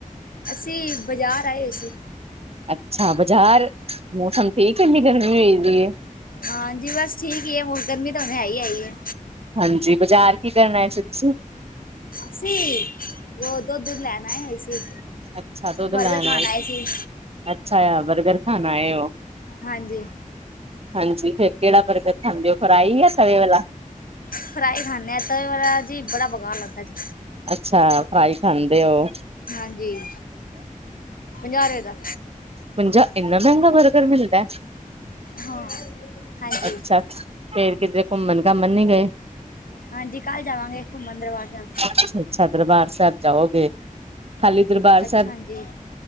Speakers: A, on the left; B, on the right.
A: ਅਸੀਂ ਬਜ਼ਾਰ ਆਏ ਹੋਏ ਸੀ।
B: ਅੱਛਾ ਬਾਜ਼ਾਰ, ਮੌਸਮ ਠੀਕ ਏਨੀ ਗਰਮੀ ਹੋਈ ਵੀ ਏ।
A: ਹਾਂਜੀ, ਬਸ ਠੀਕ ਈ ਐ ਮੁੜ, ਗਰਮੀ ਤਾਂ ਹੁਨੇ ਹੈ ਹੀ ਆਈ ਐ।
B: ਹਾਂਜੀ, ਬਾਜ਼ਾਰ ਕੀ ਕਰ ਆਏ ਸੀ ਤੁਸੀਂ?
A: ਅਸੀ, ਓ ਦੁੱਧ ਦੁੱਧ ਲੈਣ ਆਏ ਹੋਏ ਸੀੇ।
B: ਅੱਛਾ ਦੁੱਧ
A: ਬਰਗਰ
B: ਲੈਣ
A: ਖਾਣ ਆਏ ਸੀ।
B: ਅੱਛਾ, ਐ ਬਰਗਰ ਖਾਣ ਆਏ ਓ।
A: ਹਾਂਜੀ।
B: ਹਾਂਜੀ, ਫੇਰ ਕੇੜਾ ਬਰਗਰ ਖਾਂਦੇ ਓ, ਫਰਾਈ ਆ ਸਵੇ ਵਾਲਾ।
A: ਫਰਾਈ ਖਾਂਣੇ ਆ, ਤੇ ਜੀ ਬੜਾ ਬਗਾਅ ਲੱਗਦਾ ਜੀ।
B: ਅੱਛਾ, ਫਰਾਈ ਖਾਂਦੇ ਓ।
A: ਹਾਂਜੀ, ਪੰਜਾਂਹ ਰਪੇ ਦਾ।
B: ਪੰਜਾ ਏਨਾ ਮੈਂਗਾ ਬਰਗਰ ਮਿਲਦਾ।
A: ਹਾਂ। ਹਾਂਜੀ
B: ਅੱਛਾ-ਅੱਛਾ, ਫੇਰ ਕਿਤੇ ਘੁੰਮਣ-ਘਾਮਣ ਨੀ ਗਏ।
A: ਹਾਂਜੀ, ਕੱਲ ਜਾਵਾਂਗੇ, ਘੁੰਮਣ ਦਰਬਾਰ ਸਾਹਿਬ।
B: ਅੱਛਾ-ਅੱਛਾ, ਦਰਬਾਰ ਸਾਹਿਬ ਜਾਓਗੇ, ਖਾਲੀ ਦਰਬਾਰ
A: ਅੱਛਾ
B: ਸਾਹਿਬ
A: ਜੀ